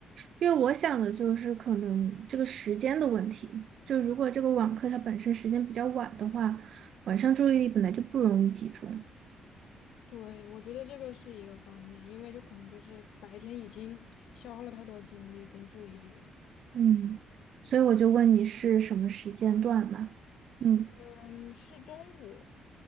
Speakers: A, on the right; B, on the left.
A: 因为我想的就是可能这个时间的问题，就如果这个网课它本身时间比较晚的话，晚上注意力本来就不容易集中。
B: 对，我觉得这个是一个方面，因为就可能就是白天已经消耗了太多精力跟注意力了。
A: 嗯，所以我就问你是什么时间段嘛？嗯，
B: 嗯，是中午，